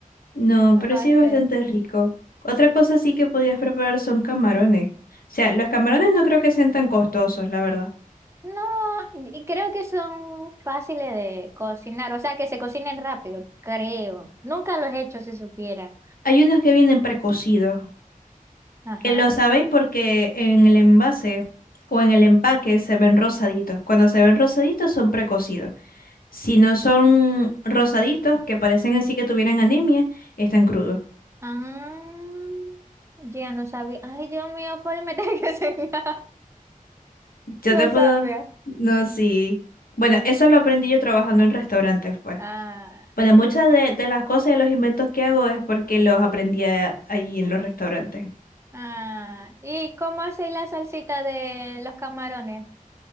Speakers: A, on the left; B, on the right.
A: no,
B: ¿Qué
A: pero
B: va a base.
A: sí es bastante rico. Otra cosa sí que podías preparar son camarones. O sea, los camarones no creo que sean tan costosos, la verdad.
B: No, y creo que son fáciles de cocinar, o sea, que se cocinen rápido, creo. Nunca los he hecho, si supiera.
A: Hay unos que vienen precocidos
B: Ajá.
A: Eh, Lo sabéis porque en el envase o en el empaque se ven rosaditos. Cuando se ven rosaditos son precocidos. Si no son rosaditos, que parecen así que tuvieran anemia, están crudos.
B: Ah, ya no sabía. Ay, Dios mío, por meter que señal. <laughs>
A: Yo
B: No
A: te puedo...
B: sabía.
A: No, sí. Bueno, eso lo aprendí yo trabajando en restaurantes, pues.
B: Ah,
A: Bueno, muchas de, de las cosas y los inventos que hago es porque los aprendí a- allí en los restaurantes.
B: ah. ¿Y cómo hacéis la salsita de los camarones?